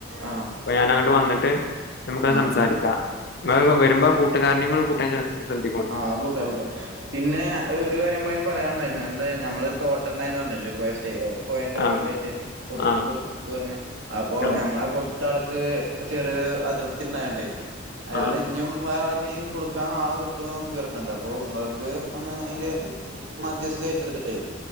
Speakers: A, on the right; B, on the left.
A: ആഹ്
B: അപ്പ ഞാനങ്ങട്ട് വന്നിട്ട് നമുക്കത്
A: ഉം
B: സംസാരിക്കാം.
A: ഉം
B: ങ്ങള് വരുമ്പോ കൂട്ടുകാരനിം കൂടെ കൂട്ടാ ശ്രദ്ധിക്ക
A: ആ കൂട്ട കൂട്ട പിന്നെ ഒരു കാര്യം പാടി പറയാനണ്ടായിനി അ നമ്മളൊ ഒരു തോട്ടം ഉണ്ടായന്ന് പറഞ്ഞില്ലേ പൊഴ സൈ പോയന്റെ ഭാഗത്തായിട്ട്
B: ആഹ്
A: കൊടു
B: ആഹ്
A: കൊടുത്തുന്ന പറഞ്ഞെ അപ്പൊ
B: ആഹ്
A: നമ്മളാ കൊടുത്ത ആൾക്ക് ചെറിയൊരു അതൃപ്തി ഉണ്ടായണ്ട് അയാൾ
B: ആഹ്
A: ഇഞ്ഞും വ കെയി കൊടുക്കാൻ ആളെ കിട്ടോ -ക്കി നടക്ക്ണ്ട്. അപ്പൊ ഇങ്ങൾക്ക് ഒന്ന് അയ്ന്റെ മധ്യസ്ഥ ഏറ്റെടുത്തിട്ടെ